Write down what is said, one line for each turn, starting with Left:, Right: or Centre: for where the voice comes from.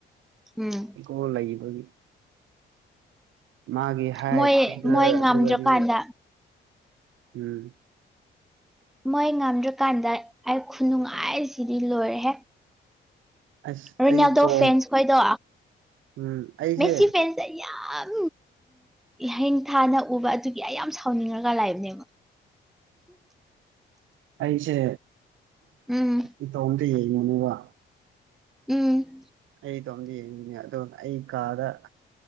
Centre: ꯎꯝ
Right: ꯀꯣ ꯂꯩꯌꯦꯕꯒꯤ ꯃꯥꯒꯤ ꯍꯥꯏꯠ
Centre: ꯃꯣꯏ
Right: ꯐꯤꯒꯔ
Centre: ꯃꯣꯏ ꯉꯝꯗ꯭ꯔꯀꯥꯟꯗ
Right: ꯑꯗꯨꯒꯗꯤ ꯎꯝ
Centre: ꯃꯣꯏ ꯉꯝꯗ꯭ꯔꯀꯥꯟꯗ ꯑꯩ ꯈꯨꯅꯨꯡꯉꯥꯏꯁꯤꯗꯤ ꯂꯣꯏꯔꯦꯍꯦ
Right: ꯑꯁ
Centre: ꯔꯤꯅꯥꯜꯗꯣ
Right: ꯑꯩ ꯆꯣꯡ
Centre: ꯐꯦꯟꯁ ꯈꯣꯏꯗꯣ
Right: ꯎꯝ ꯑꯩꯁꯦ
Centre: ꯃꯦꯁꯤ ꯐꯦꯟꯁ ꯌꯥꯝ ꯍꯤꯡ ꯊꯥꯅ ꯎꯕ ꯑꯗꯨꯒꯤ ꯑꯩ ꯌꯥꯝ ꯁꯥꯎꯅꯤꯡꯉꯒ ꯂꯥꯛꯏꯕꯅꯦꯕ
Right: ꯑꯩꯁꯦ
Centre: ꯎꯝ
Right: ꯏꯇꯣꯝꯗ ꯌꯦꯡꯉꯨꯅꯦꯕ
Centre: ꯎꯝ
Right: ꯑꯩꯗꯣ ꯑꯝꯗꯤ ꯌꯦꯡꯉꯅꯦ ꯑꯗꯣ ꯑꯩ ꯀꯥꯗ